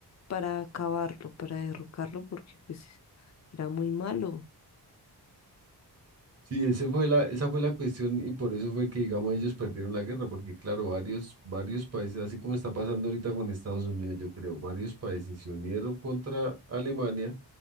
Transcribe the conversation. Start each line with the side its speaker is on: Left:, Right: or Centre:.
Left: Para acabarlo, para derrocarlo, porque pues era muy malo.
Right: Sí, ese fue la, esa fue la cuestión y por eso fue que, digamos, ellos perdieron la guerra, porque claro, varios, varios países, así como está pasando ahorita con Estados Unidos, yo creo, varios países se unieron contra Alemania